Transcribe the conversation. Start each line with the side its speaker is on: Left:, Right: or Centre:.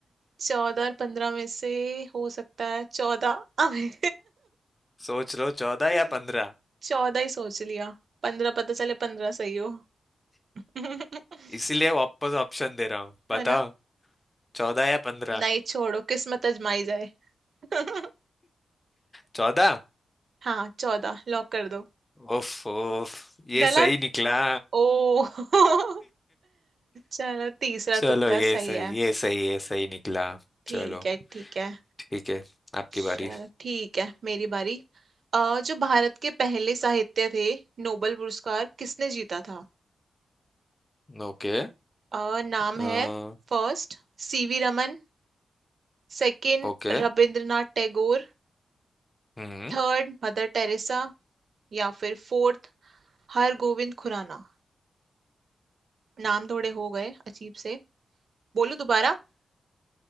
Right: चौदह और पंद्रह में से हो सकता है चौदह अबे
Left: सोच लो चौदह
Right: <laughs>
Left: या पंद्रह
Right: चौदह ही सोच लिया पंद्रह पता चले पंद्रह सही हो <laughs>
Left: इसीलिए वापस ऑप्शन दे रहा हूँ बताओ
Right: है ना
Left: चौदह या पंद्रह
Right: नहीं छोड़ो किस्मत आजमाई जाए <laughs>
Left: चौदह
Right: हाँ चौदह लॉक कर दो
Left: उफ उफ ये
Right: गलत
Left: सही निकला
Right: ओ <laughs> चलो तीसरा
Left: चलो
Right: तुक्का
Left: ये
Right: सही
Left: सही
Right: है
Left: ये सही ये सही निकला
Right: ठीक
Left: चलो
Right: है ठीक है
Left: ठीक है आपकी
Right: चलो
Left: बारी
Right: ठीक है मेरी बारी अ, जो भारत के पहले साहित्य थे नोबेल पुरस्कार किसने जीता था
Left: Okay
Right: अ, नाम
Left: Uh,
Right: है First CV Raman Second
Left: okay
Right: Rabindranath Tagore
Left: Hmm
Right: Third Mother Teresa या फिर फोर्थ हरगोविंद खुराना नाम थोड़े हो गए अजीब से बोलो दोबारा